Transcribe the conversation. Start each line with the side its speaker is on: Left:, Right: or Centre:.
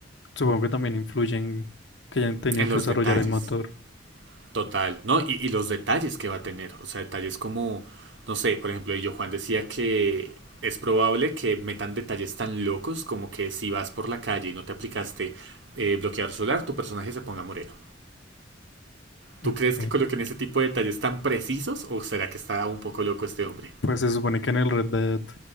Left: supongo que también influye en que hayan tenido
Right: en
Left: que
Right: los
Left: desarrollar
Right: detalles.
Left: el motor.
Right: Total, ¿no? Y, y los detalles que va a tener, o sea, detalles como, no sé, por ejemplo, yo Juan decía que es probable que metan detalles tan locos como que si vas por la calle y no te aplicaste eh, bloqueador solar, tu personaje se ponga moreno. ¿Tú
Left: Ok.
Right: crees que coloquen ese tipo de detalles tan precisos o será que está un poco loco este hombre?
Left: Pues se supone que en el Red Dead